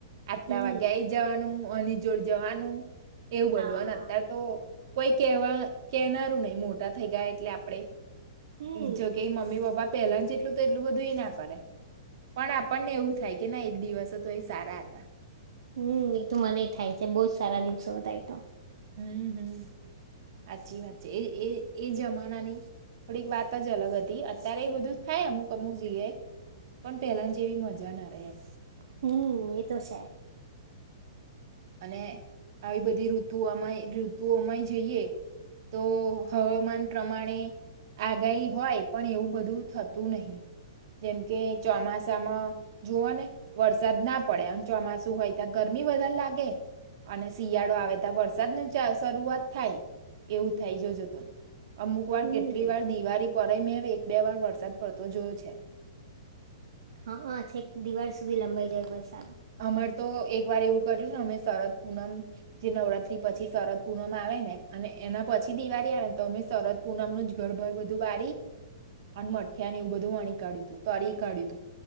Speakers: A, on the right; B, on the right.
A: આટલા
B: હમ્મ,
A: વાગે આઈ જવાનું, આની જોડ જવાનું એવું બધું
B: હા.
A: અન અત્યાર તો કોઈ કવા કેનારું નય મોટા થઈ ગ્યા એટલે આપળે,
B: હમ.
A: જગ કે મમ્મી પપ્પા પેલાન જેટલું તો એટલું બધું એ ના કરે પણ આપણને એવું થાય કે નય એ દિવસો તો એ સારા અતા.
B: હમ્મ, ઈ તો મનેઈ થાય છે, બો જ સારા દિવસો અતા એ તો
A: અમ્મ, હમ હાચી વાત છે એ એ એ જમાનાની. થોડીક વાત જ અલગ હતી અત્યારે એ બધું થાય અમુક અમુક જગ્યાએ પણ પેલાન જેવી મજા ના આવે એમ.
B: હમ્મ, એ તો સે.
A: અને આવી બધી ઋતુ આમાંએ ઋતુઓમાંય જઈએ. તો હવામાન પ્રમાણે આગાઈ હોય પણ એવું બધું થતું નહી, જેમ કે ચોમાસામાં જોવો ને વરસાદ ના પડે અન ચોમાસું હોય ત્યા ગરમી વધારે લાગે કે, અને શિયાળો આવે તા વરસાદ ન ચા શરૂઆત થાય. એવું થાય જોજો તો અમુક વાર
B: હમ
A: કેટલી વાર દિવારી પરે મેં એક બે વાર વરસાદ પડતો જોયો છે.
B: હ અ છેક દિવાળ સુધી લંબાઈ જાય વરસાદ.
A: અમાર તો એક વાર એવું કર્યું ને અમે શરદ પૂનમ જે નવરાત્રી પછી શરદ પૂનમ આવે ને અને એના પછી દિવારી આવે ને તો અમે સરરદ પૂનમનું જ ઘરબર બધું વારી અને મઠિયાને એવું બધું વણી કાઢ્યું તું તરી કાઢ્યું તું